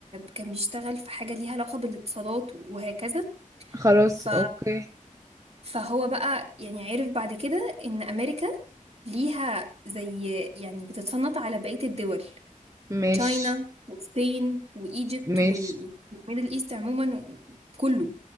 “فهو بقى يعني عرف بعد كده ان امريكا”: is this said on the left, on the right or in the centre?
Right